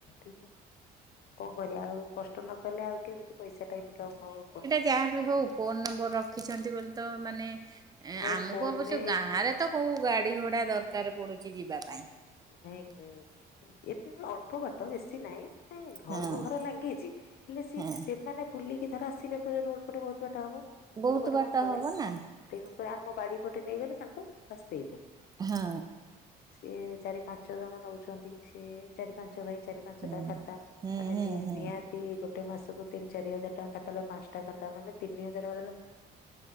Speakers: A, on the left; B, on the right.
A: ଠିକି କଣ କରିବା ଆଉ କଷ୍ଟ ନକଲେ ଆଉ କେମିତି ପଇସାଟା ଇନକମ୍ ହବ ପୁଣି।
B: ଯାହା ବି ହୋଉ ଫୋନ ନମ୍ବର ରଖିଛନ୍ତି ବୋଲି ତ ମାନେ
A: ନାଇଁ
B: ଆମକୁ
A: ଫୋନରେ
B: ଅବଶ୍ୟ ଗାଁରେ ତ କୋଉ ଗାଡିଘୋଡା ଦରକାର ପଡୁଚି ଯିବାପାଇଁ।
A: ନାହିଁ କି ଏତେ ନୁହଁ ଅଳ୍ପ ବାଟ ବେଶି ନାହିଁ ଏ ଘରକୁ
B: ହଁ
A: ଘର ଲାଗିଚି ହେଲେ ସେଇଠି
B: ହଁ
A: ସେମାନେ ବୁଲିକି ଧର ଆସିଲାପରେ ରୋଡ ପଟେ ବୋହୁତ ବାଟ ହବ
B: ବହୁତ
A: ମୁଁ ଏଇପଟେ
B: ବାଟ
A: କଣ କରେ
B: ହବ ନା
A: ତେଣୁକରି ଆମ ବାଡି ପଟେ ନେଇଗଲେ ତାଙ୍କୁ ବାସ୍ ଦେଇଦେଲେ।
B: ହଁ।
A: ସିଏ ଚାରିପାଞ୍ଚ ଜଣ ନୋଉଚନ୍ତି ସିଏ ଚାରିପାନ୍ ପାଞ୍ଚ ଭାଇ ଚାରିପାଞ୍ଚଟା
B: ହୁଁ।
A: ଖାତା
B: ହୁଁ
A: ମାନେ
B: ହୁଁ
A: ଯିଏ
B: ହୁଁ।
A: ନିହାତି ଗୋ ଗୋଟେ ମାସକୁ ତିନି ଚାରିହଜାର ଟଙ୍କା ଖାତା ହେଲା ପାଞ୍ଚଟା ଖାତା ମାନେ ତିନି ହଜାରେ ବଳିଲେ